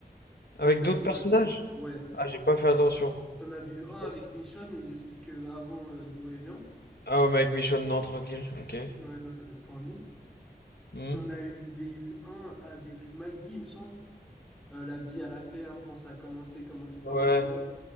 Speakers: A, in the centre; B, on the left.
A: d'autres
B: avec
A: personnages.
B: d'autres personnages?
A: Ouais,
B: Ah, j'ai pas fait attention.
A: t'en avais eu un
B: J'ai pas-
A: avec Michonne où ils expliquent euh, avant euh, d'où elle vient.
B: Ah ouais, mais avec Michonne, non, tranquille. Ok.
A: Ouais, non, ça donne pas envie.
B: Hmm.
A: T'en avais eu un avec Maggie, il me semble. euh, la vie à la ferme, quand ça a commencé, comment ses parents
B: Ouais.
A: ils meurent.